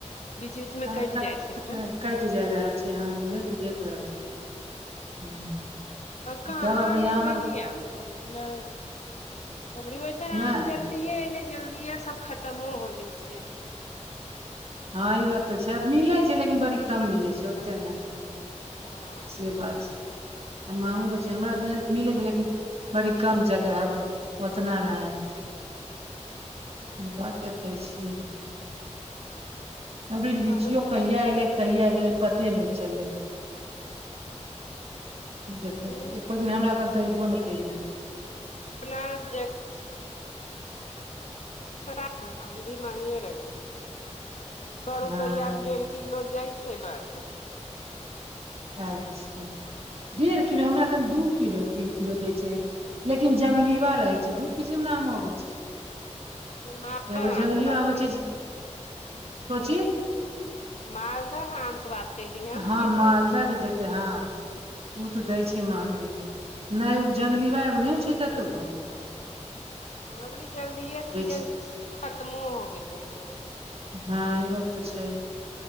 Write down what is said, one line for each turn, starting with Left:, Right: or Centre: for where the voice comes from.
Left: बीच बीच मे
Right: हँ
Left: कटि
Right: <unintelligible>
Left: जाइ
Right: कइट
Left: छै फोन
Right: जा रहल छै ह उह तऽ देख रहल छी <inaudible>
Left: कहाँ
Right: तब
Left: अबरी
Right: आम
Left: खैली
Right: आर
Left: आम तब ना <inaudible> अबरी ओैसन आम
Right: नहि
Left: जल्द जल्दि एले जल्दिए सब खत्मो हो गेल छै
Right: हँ ई बात तऽ छै मिलै छै लेकिन बड़ी कम मिलै छै ओते नै <inaudible>
Left: हँ
Right: से बात छै आ महंगो छै हमरा तऽ मिलै छै लेकिन बड़ी कम जगह हैब ओतना नै बात देखै छियै अबरी
Left: हँ
Right: लीचियो
Left: बड़ी
Right: कहिया
Left: कम
Right: ऐलै कहिया गेलै पते नै चललै देख
Left: उ
Right: एको दिन हमरा घर तऽ अयबो नै कैले
Left: अपना आयब जैब <unintelligible> आम भी महँगिये रैह गेलै <inaudible> सौ रुपैआ
Right: हँ
Left: में डेढ़ कि किलो दइ छै बस
Right: अच्छा डेढ़ किलो हमरा एखन दू किलो तीन किलो दै छै लेकिन जंगलीवा रहै छै दु किसम न आम हबै छै <inaudible>
Left: मालदह
Right: एगो जंगलीवा
Left: आम के बात
Right: होइ
Left: कैली
Right: छै से <inaudible> कची
Left: मालदह आम कऽ बात कैली हम
Right: हँ
Left: कि
Right: मालदह
Left: से
Right: तऽ जतै हँ <inaudible> ओ तऽ दै छै महंगे नै उऽ
Left: तो
Right: जंगलीवा एगो नै हो छै तत गो
Left: ह अबरी जल्दिए सीजन
Right: छी
Left: खत्मो हो गेलै हँ
Right: हँ ई बात तऽ छै